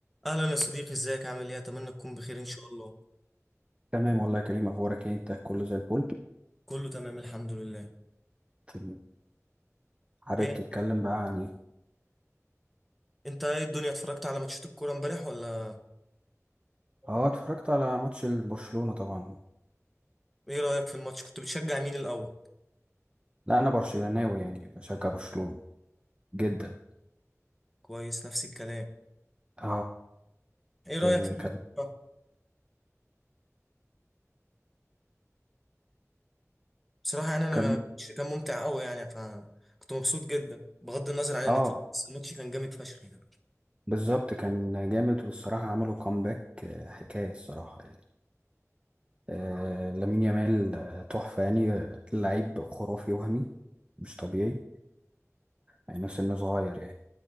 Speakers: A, in the centre; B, on the right.
A: اهلا يا صديقي ازيك عامل ايه اتمنى تكون بخير ان شاء الله
B: تمام والله يا كريم اخبارك ايه انت كله زي الفل
A: كله تمام الحمد لله
B: تمام. حابب
A: ايه
B: تتكلم بقى عن ايه
A: انت ايه الدنيا اتفرجت على ماتشات الكوره امبارح ولا
B: اه اتفرجت على ماتش برشلونة طبعا
A: ايه رايك في الماتش كنت بتشجع مين الاول
B: لا انا برشلوناوي يعني بشجع برشلونة جدا
A: كويس نفس الكلام
B: اه
A: ايه رايك
B: آه،
A: في الماتش
B: كان
A: ده؟ بصراحه يعني انا
B: كان
A: الماتش كان ممتع قوي يعني فكنت مبسوط جدا بغض النظر عن
B: اه
A: النتيجه بس الماتش كان جامد فشخ يعني
B: بالظبط كان جامد والصراحة عملوا كومباك آه، حكاية الصراحة يعني آه لامين يامال آه، تحفة يعني آه، لعيب خرافي وهمي مش طبيعي يعني نفس انه صغير يعني